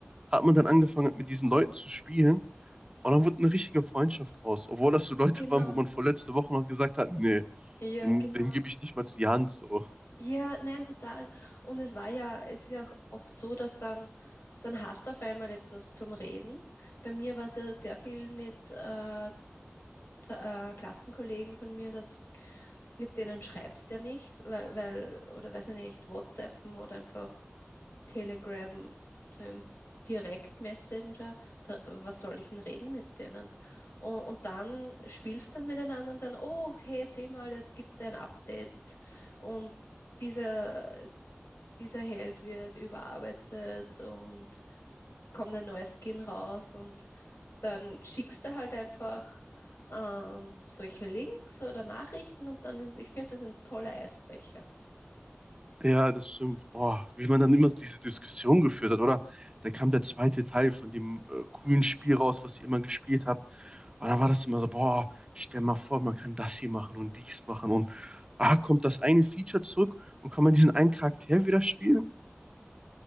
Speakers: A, on the right; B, on the left.
A: hat man dann angefangen, mit diesen Leuten zu spielen. Und dann wurde eine richtige Freundschaft draus, obwohl das so Leute
B: Genau.
A: waren, wo man vor letzte Woche noch gesagt hat, nee,
B: Ja,
A: dem,
B: genau.
A: dem gebe ich nicht mal die Hand so.
B: Ja, nein, total. Und es war ja, es ist ja auch oft so, dass dann, dann hast du auf einmal etwas zum Reden. Bei mir war es ja sehr viel mit äh, Z- äh, Klassenkollegen von mir, das, mit denen schreibst ja nicht, weil, weil, oder weiß ich nicht, WhatsAppen oder einfach Telegram zu einem Direktmessenger, da, was soll ich denn reden mit denen? Und, und dann spielst dann miteinander und dann, oh, hey, seh mal, es gibt ein Update und diese dieser Held wird überarbeitet und es kommt ein neuer Skin raus und dann schickst du halt einfach ähm, solche Links oder Nachrichten und dann ist, ich finde, das sind tolle Eisbrecher.
A: Ja, das stimmt. Boah, wie man dann immer so diese Diskussion geführt hat, oder? Dann kam der zweite Teil von dem äh, coolen Spiel raus, was ich immer gespielt habe, Und dann war das immer so, boah, stell mal vor, man kann das hier machen und dies machen und ah, kommt das eine Feature zurück und kann man diesen einen Charakter wieder spielen?